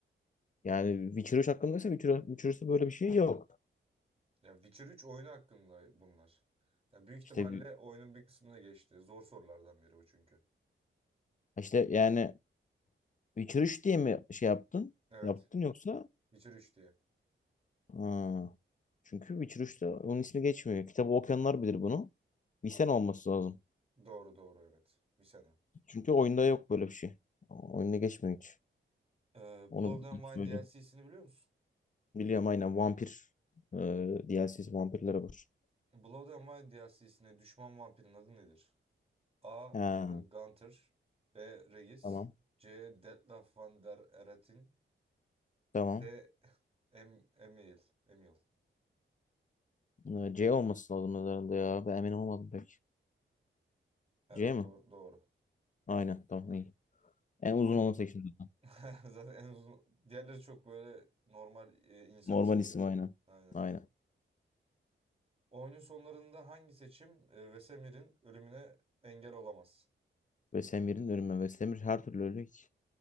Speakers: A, on the left (about 40°); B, on the right (about 30°).
A: Yani Witcher 3 hakkındaysa Witcher, Witcher 3'te böyle bir şey yok.
B: Yani Witcher üç oyunu hakkında bunlar. Yani büyük ihtimalle
A: İşte bir-
B: oyunun bir kısmına geçti. Zor sorulardan biri bu çünkü.
A: işte yani Witcher 3 diye mi şey yaptın?
B: Evet.
A: Yaptın yoksa?
B: Witcher üç diye.
A: Ha. Çünkü Witcher 3'te onun ismi geçmiyor. Kitabı okuyanlar bilir bunu. Bilsen olması lazım.
B: Doğru doğru evet. Misena.
A: Çünkü oyunda yok böyle bir şey. Oyunda geçmiyor hiç.
B: Ee, Blood
A: Onu
B: and Wine
A: söyleyeyim.
B: DLC'sini biliyor musun?
A: Biliyorum aynen vampir e, DLC'si vampirlere var.
B: Blood and Wine DLC'sine düşman vampirin adı nedir? A.
A: Ha,
B: e, Gunther B. Regis
A: tamam.
B: C. Detlef Van der Eratin
A: Tamam.
B: D. <laughs> Em Emil. Emil.
A: E, C olması lazım herhalde ya. Ben emin olmadım pek.
B: Evet
A: C mi?
B: doğru, doğru.
A: Aynen tamam iyi. En uzun
B: Oyun
A: olanı seçtim zaten.
B: <laughs> zaten en uzun diğerleri çok böyle normal e, insan
A: Normal
B: ismi
A: isim
B: gibi.
A: aynen.
B: Aynen.
A: Aynen.
B: Oyunun sonlarında hangi seçim e, Vesemir'in ölümüne engel olamaz?
A: Vesemir'in ölümü. Vesemir her türlü ölecek.